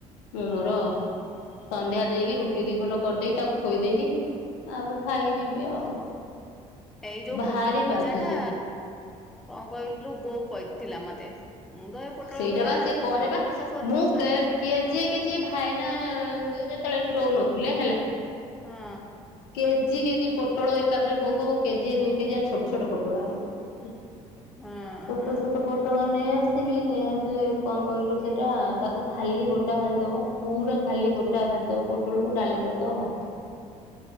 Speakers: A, on the left; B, in the centre.
A: ମୁଁ ମୋର ସନ୍ଧ୍ୟା ଦେଇକି ରୁଟି ଦି ଖଣ୍ଡ କରିଦେଇକି ତାକୁ ଖୋଇ ଦେଇକି ତାପରେ ଖାଇକି ଯିବି ଆଉ
B: ଏଇ ଯୋଉ
A: ଭାରି
B: ପୋଟଳ ଭଜା
A: ବାଧୁଛି
B: ଟା କଣ କହିଲୁ, ବୋଉ କହିଥିଲା ମତେ ମୁଁ ତ ଏଇ ପୋଟଳ
A: ସେଇଟା
B: ଗୋଟା
A: ବା
B: ଭାଜିଲି
A: ସିଏ କରେ
B: କଣ
A: ପା
B: ମସଲା ସୋରିଷ
A: ମୁଁ
B: ମସଲା
A: କେ
B: ଦେଇକି
A: କେଜିଏ କେଜିଏ ଭାଇନା ତେଳେ ଏଠି ରହୁନଥିଲେ ହେଲା
B: ହଁ
A: କେ କେଜି କେଜି ପୋଟଳ ଏକାଥରେ ବୋଉ କହିବ କେଜିଏ ଦୁଇ କେଜିଆ ଛୋଟ ଛୋଟ ପୋଟଳ ଆଣିବ।
B: ହଁ
A: ଛୋଟ
B: ହଁ
A: ଛୋଟ ପୋଟଳ ନେଇ ଆ <unintelligible> ବି ନେଇ ଆସିଲେ କଣ କହିଲୁ ସେଟା ତାକୁ ଖାଲି ଗୋଟା ଭାଜିଦବ ପୁରା ଖାଲି ଗୋଟା ଭା ଭାଜିଦେବ ପୋଟଳକୁ ଡାଲି କରିଦେବା ଭାତ
B: <inaudible>